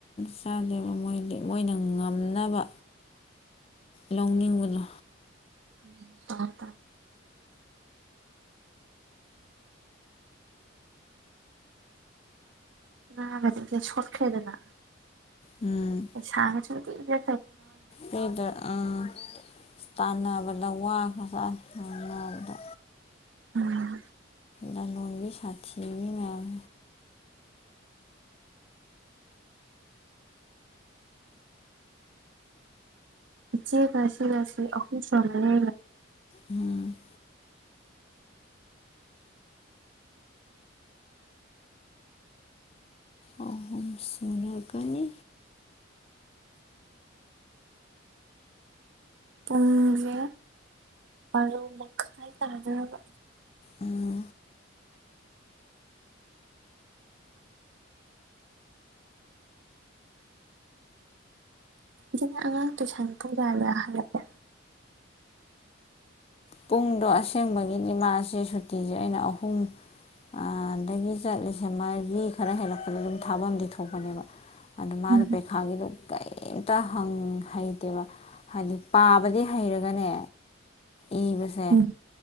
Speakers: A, on the left (about 30°); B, on the right (about 70°).
A: ꯆꯥꯗꯦꯕ ꯃꯣꯏꯗꯤ ꯃꯣꯏꯅ ꯉꯝꯅꯕ ꯂꯧꯅꯤꯡꯕꯗꯣ
B: ꯎꯝ ꯇꯔꯦ ꯇꯔ ꯑ ꯅꯥꯕꯗꯤꯁꯦ ꯁꯣꯠꯈ꯭ꯔꯦ ꯑꯗꯨꯅ
A: ꯎꯝ
B: ꯁꯁꯨ ꯂ
A: ꯁꯤꯗ ꯑꯥ ꯇꯥꯟꯅꯕꯗ ꯋꯥ ꯈ ꯆ ꯁꯅꯕꯗ
B: ꯎꯝ
A: ꯂꯣꯅꯒꯤ ꯁꯥꯈꯤꯒꯤ ꯃꯌꯥꯝ
B: ꯏꯆꯦ ꯑꯁꯤ ꯑꯁꯤ ꯑꯍꯨꯝꯁꯨꯕ ꯂꯩ
A: ꯎꯝ ꯑꯣꯝ ꯁꯨꯅꯥ ꯀꯅꯤ
B: ꯄꯨꯡꯁꯦ ꯄꯔꯣ ꯃꯈꯥꯏ ꯇꯥꯅꯅꯕ
A: ꯎꯝ
B: ꯁꯤꯅ ꯑꯉꯥꯡ ꯇꯨꯏꯁꯟ ꯄꯖꯗ ꯍꯜꯂꯛꯂꯦ
A: ꯄꯨꯡꯗꯣ ꯑꯁꯦꯡꯕꯒꯤ ꯗꯤ ꯃꯥꯁꯦ ꯁꯨꯇꯤꯁꯦ ꯑꯩꯅ ꯑꯍꯨꯝ ꯑꯥꯗꯒꯤ ꯆꯠꯂꯤꯁꯦ ꯃꯥꯔꯤ ꯈꯔ ꯍꯦꯜꯂꯛꯄꯗꯗꯤ ꯑꯗꯨꯝ ꯊꯥꯕꯝꯗꯤ ꯊꯣꯛꯄꯅꯦꯕ ꯑꯗꯨ ꯃꯥꯅ
B: ꯎꯝ
A: ꯄꯩꯈꯥꯒꯤꯗꯣ ꯀꯔꯤꯝꯇ ꯍꯪ ꯍꯩꯇꯦꯕ ꯍꯥꯏꯗꯤ ꯄꯥꯕꯗꯤ ꯍꯩꯔꯒꯅꯦ ꯏꯕꯁꯨ
B: ꯎꯝ